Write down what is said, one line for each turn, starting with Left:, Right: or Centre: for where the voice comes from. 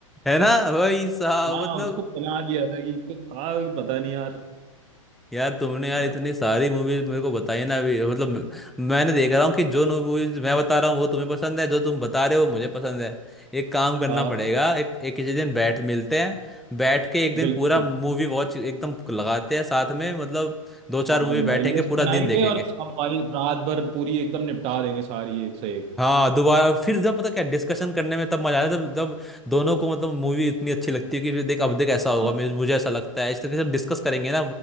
Centre: है ना भाई साहब
Right: हाँ
Centre: मतलब
Right: उसको बना दिया था कि तो था कि पता नहीं यार
Centre: यार तुमने यार
Right: बड़ा
Centre: इतनी सारी मूवीज मेरे को बताई ना अभी मतलब म- मैंने देख रहा हूँ कि जो मूवीज मैं बता रहा हूँ वो तुम्हें पसंद है जो तुम बता रहे हो वो मुझे पसंद है एक काम करना
Right: आ,
Centre: पड़ेगा एक, एक किसी दिन बैठ मिलते हैं बैठ के एक दिन
Right: बिल्कुल
Centre: पूरा मूवी वॉच एकदम लगाते हैं साथ में मतलब दो चार
Right: बाद
Centre: मूवी
Right: में भाई
Centre: बैठेंगे
Right: लिस्ट
Centre: पूरा
Right: बनाएंगे
Centre: दिन देखेंगे
Right: और सब भाई रात भर पूरी एकदम निपटा देंगे सारी एक से एक
Centre: हाँ दोबारा फिर जब पता क्या डिस्कशन करने में तब मजा आता है जब जब दोनों को मतलब मूवी इतनी अच्छी लगती है कि फिर देख अब देख ऐसा होगा
Right: हाँ
Centre: मुझे मुझे ऐसा लगता है इस तरीके से डिस्कस करेंगे ना